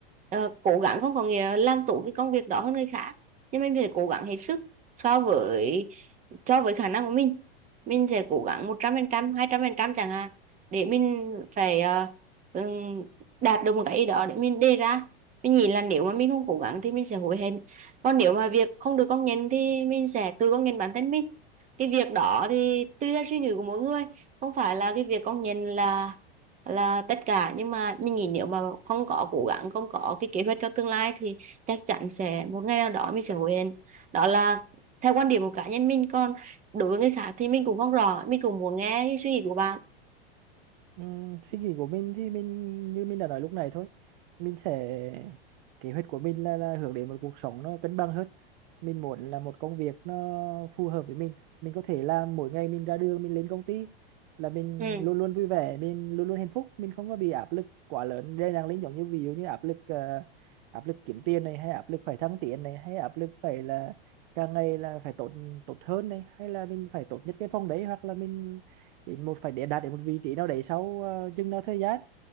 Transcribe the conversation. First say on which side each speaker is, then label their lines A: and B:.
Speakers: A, on the right (about 25°); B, on the right (about 50°).
A: Ờ, cố gắng không có nghĩa làm tốt cái công việc đó hơn người khác nhưng mình phải cố gắng hết sức so với cho với khả năng của mình mình sẽ cố gắng một trăm trăm, trăm phần 200% chẳng hạn để mình phải ờ, ừm, đạt được một cái ý đó để mình đề ra mình nghĩ là nếu mà mình không cố gắng thì mình sẽ hối hận còn nếu mà việc không được công nhận thì mình sẽ tự công nhận bản thân mình cái việc đó thì tùy theo suy nghĩ của mỗi người không phải là cái việc công nhận là là tất cả nhưng mà mình nghĩ nếu mà không có cố gắng không có cái kế hoạch cho tương lai thì chắc chắn sẽ một ngày nào đó mình sẽ hối hận đó là theo quan điểm của cá nhân mình còn đối với người khác thì mình cũng không rõ mình cũng muốn nghe cái suy nghĩ của bạn
B: Ừm, suy nghĩ của mình thì mình như mình đã nói lúc này thôi mình sẽ kế hoạch của mình là, là hướng đến một cuộc sống nó cân bằng hơn mình muốn là một công việc nó phù hợp với mình mình có thể làm mỗi ngày mình ra đường mình lên công ty là mình
A: ừ.
B: luôn luôn vui vẻ mình luôn luôn hạnh phúc mình không có bị áp lực quá lớn đây đang lên giống như ví dụ như áp lực ờ, áp lực kiếm tiền này hay áp lực phải thăng tiến này hay áp lực phải là càng ngày là phải tốt tốt hơn này hay là mình phải tốt nhất cái phòng đấy hoặc là mình đến một phải để đạt đến một vị trí nào đấy sau ờ, chừng nào thời gian